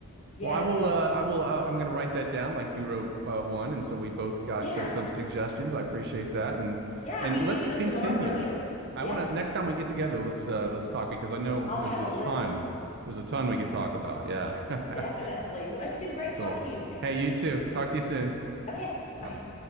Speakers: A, on the left; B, on the right.
A: yeah.
B: Well, I will. Uh, I will. Uh, I'm going to write that down, like you wrote uh, one, and so we both got
A: Yeah.
B: uh, some suggestions. I appreciate that, and
A: Yeah,
B: and
A: be
B: let's
A: thinking
B: continue.
A: of some more for later.
B: I
A: Yeah,
B: want to next time we get together, let's uh, let's talk because I know
A: I'll
B: there's
A: have
B: a
A: a
B: ton.
A: list.
B: There's a ton we could talk about. Yeah. <laughs>
A: Definitely. Well, it's been great talking
B: Cool.
A: to you today.
B: Hey, you too. Talk to you soon.
A: Okay,
B: Bye
A: bye.
B: bye.